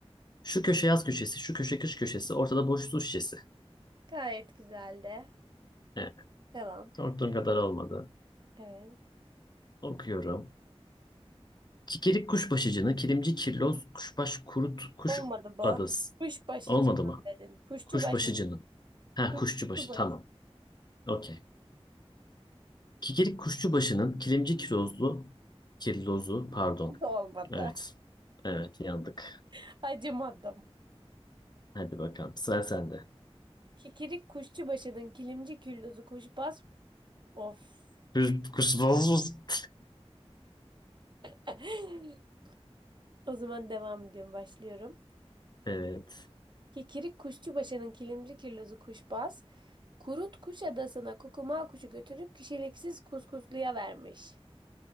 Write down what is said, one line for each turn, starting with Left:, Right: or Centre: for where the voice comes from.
Left: Şu köşe yaz köşesi, şu köşe kış köşesi, ortada boş su şişesi.
Right: Gayet güzeldi.
Left: Evet,
Right: Devam.
Left: korktuğum kadar olmadı.
Right: Evet.
Left: Okuyorum. Kikirik kuşbaşıcını, kilimci kirloz, kuşbaş kurut, kuş
Right: Olmadı bu.
Left: adası.
Right: Kuşbaşı
Left: Olmadı
Right: canım
Left: mı?
Right: dedin. Kuşçu
Left: Kuşbaşıcının.
Right: başı.
Left: Ha,
Right: Kuşçu
Left: kuşçubaşı,
Right: başı
Left: tamam. Okey. Kikirik kuşçubaşının, kilimci kirozlu, kirlozu, pardon.
Right: da olmadı.
Left: Evet, evet yandık.
Right: <laughs> Acımadım.
Left: Hadi bakalım sıra sende.
Right: Kikirik kuşçu başının kilimci küllüzü kuşbaz. Of.
Left: Kır- Kırsız mısın?
Right: <laughs> O zaman devam ediyorum, başlıyorum.
Left: Evet.
Right: Kikirik kuşçubaşının kilimci kirlozu kuşbaz, kurut kuş adasına kukumav kuşu götürüp kişiliksiz kuskusluya vermiş.